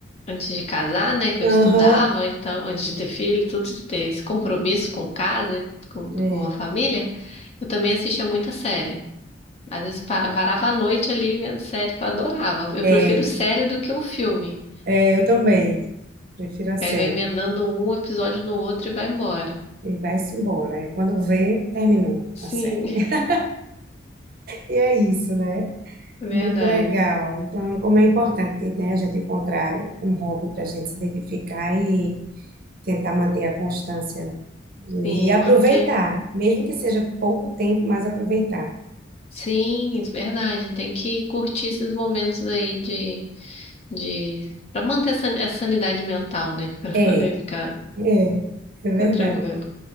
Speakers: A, on the left (about 35°); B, on the right (about 50°).
A: antes de casar, né, que eu estudava,
B: Aham,
A: então, antes de ter filho, tudo de ter esse compromisso com casa, com,
B: é,
A: com a família, eu também assistia muita série. Às vezes pa- varava a noite ali vendo série que eu adorava. Eu
B: é,
A: prefiro série do que o filme.
B: é, eu também. Prefiro a série.
A: que Aí vai emendando um episódio no outro e vai embora.
B: E vai-se embora. é. Quando vê, terminou
A: Sim,
B: a série. <laughs> E é isso, né?
A: <laughs> verdade.
B: Muito legal. Então, como é importante, né, a gente encontrar um hobby para a gente se identificar tentar manter a constância nele
A: Sim,
B: e aproveitar,
A: manter.
B: mesmo que seja pouco tempo, mas aproveitar.
A: Sim, isso é verdade. Tem que curtir esses momentos aí de, de... para manter a san- a sanidade mental, né? <laughs> Para
B: É,
A: poder ficar,
B: é, é verdade.
A: ficar tranquilo.